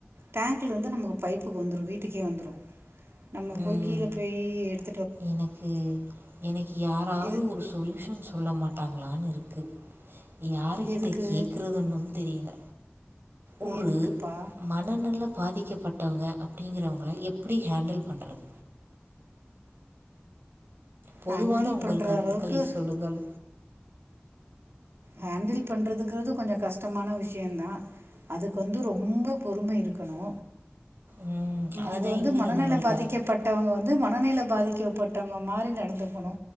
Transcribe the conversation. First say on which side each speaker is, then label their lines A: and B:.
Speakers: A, on the right; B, on the right.
A: டேங்க்லருந்து நமக்கு பைப்புக்கு வந்துரு வீட்டுக்கே வந்துரு நம்ம
B: ம்
A: போய் கீழ போய் எடுத்
B: எனக்கு எனக்கு யாராவது
A: இது
B: ஒரு சொல்யூஷன் சொல்ல மாட்டாங்களான்னு இருக்கு யாரு கிட்ட
A: எதுக்கு
B: கேக்குறதுன்னு தெரியல ஒரு
A: எதுக்குப்பா
B: மனநெல பாதிக்கப்பட்டவங்க அப்டிங்கிறவங்கள எப்டி ஹேண்டில் பண்றது பொதுவான
A: ஹேண்டில்
B: உங்கள்
A: பண்ணுற
B: கருத்துக்களை
A: அளவுக்கு
B: சொல்லுங்கள்
A: ஹேண்டில் பண்ணுறதுங்கிறது கொஞ்சோ கஷ்டமான விஷயந்தா அதுக்கு வந்து ரொம்ப பொறுமை இருக்க கணு
B: ம் அதுதா
A: அது வந்து
B: இல்லையே
A: மனநில
B: நம்மள்ட்ட
A: பாதிக்கப்பட் இவுங்க வந்து மனநில பாதிக்கப்பட்டவங்க மாதிரி நடந்துக்கணு